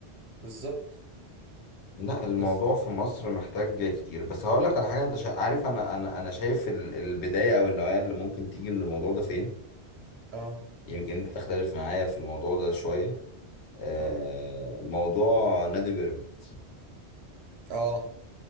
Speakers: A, on the right; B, on the left.
A: بالظبط
B: لا الموضوع
A: بس
B: في مصر محتاج كتير بس هقول لك على حاجه انت شا... عارف انا انا انا شايف ال- البدايه او النوايا اللي ممكن تيجي من الموضوع ده فين
A: اه
B: يمكن انت تختلف معايا في الموضوع ده شويه آه
A: اه
B: موضوع نادي بيراميدز
A: اه